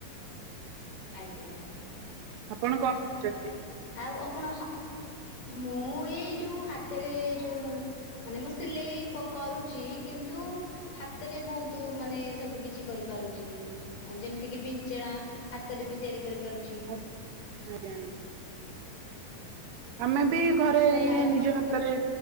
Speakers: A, on the left (about 65°); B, on the right (about 85°).
A: ଆଜ୍ଞା ଆଜ୍ଞା ଆଜ୍ଞା ଆଜ୍ଞା।
B: ଆପଣ କଣ କରୁଛନ୍ତି?
A: ଆଉ ଆପଣ ମୁଁ ଏଇ ଯୋଉ ହାତରେ ଯୋଉ ମାନେ ମୁଁ ସିଲେଇ ପ କରୁଛି କିନ୍ତୁ ହାତରେ ବହୁତ ମାନେ ସବୁକିଛି କରିପାରୁଛି ହଁ ଯେମିତିକି ବିଞ୍ଚଣା ହାତରେ ବି ତିଆରି କରିପାରୁଛି
B: ଆଜ୍ଞା ଆମେବି ଘରେ
A: ତ
B: ଏଇ
A: ଲାଇନ
B: ନିଜ
A: କଟି
B: ହାତରେ